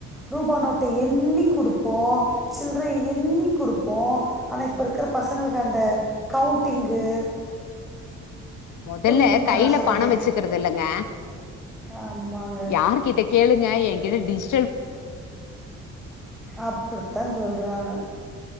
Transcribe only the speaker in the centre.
ரூபா நோட்ட எண்ணி குடுப்போ சில்ரை
எண்ணி குடுப் போ ஆனா
இப்ப இருக்குற பசங்களுக்கு அந்த கவுண்டிங்கு
புரியுதுங்களா
நா சொல்றது
ஆமாங்க
அப்புடித்தா சொல்றாங்க